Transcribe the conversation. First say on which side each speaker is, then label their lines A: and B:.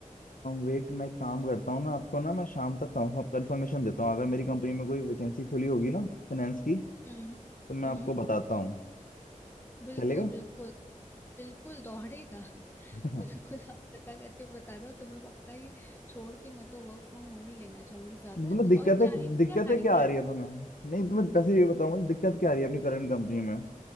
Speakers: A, on the left; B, on the left.
A: वेट मैं एक काम करता हूँ ना आपको ना मैं शाम तक कंफर्मेशन देता हूँ अगर मेरी कंपनी में कोई वैकेंसी खुली होगी ना फाइनेंस की तो
B: हम्म
A: मैं
B: हम्म
A: आपको बताता हूँ
B: बिल्कुल
A: चलेगा
B: बिल्कुल बिल्कुल दौड़ेगा <laughs>
A: <laughs>
B: बिल्कुल आप पता करके बता रहे हो तुम्हें पक्का ये छोड़ के मैं तो वर्क फ्रॉम होम ही लेना चाहूंगी ज्यादा
A: तुम्हें दिक्कतें
B: और चाहे मुझे
A: दिक्कतें
B: हाइब्रिड
A: क्या आ रही है तुम्हें नहीं तुम्हें पैसे ये बताओ मुझे दिक्कत क्या आ रही है अपनी करंट कंपनी में